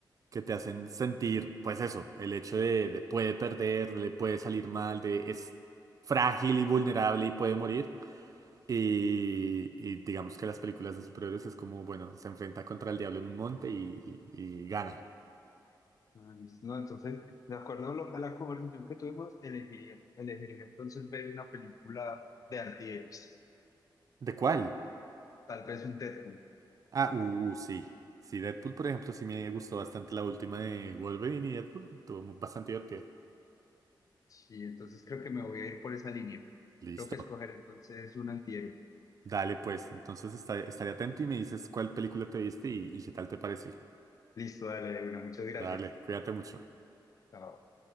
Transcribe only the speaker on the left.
Sí. No, no, entonces, de acuerdo a, lo- a la conversación que tuvimos, elegiría, elegiría entonces ver una película de antihéroes.
Tal vez un Deadpool.
Sí, entonces creo que me voy a ir por esa línea.
Creo que escoger entonces un antihéroe.
Listo, dale, una. Muchas gracias.
Chao.